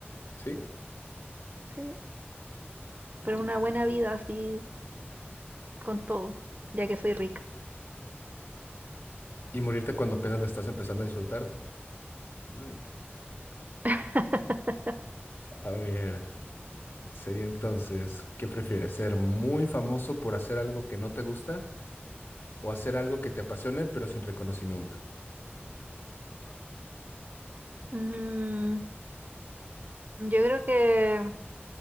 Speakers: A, on the left; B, on the right.
A: ¿sí?
B: Sí, pero
A: Mm,
B: una buena vida así con todo, ya que soy rica.
A: Y morirte cuando apenas la estás empezando a disfrutar, no. No, no, no.
B: <laughs>
A: A ver, sería entonces, ¿qué prefieres? ¿Ser muy famoso por hacer algo que no te gusta o hacer algo que te apasione pero sin reconocimiento?
B: Mm, yo creo que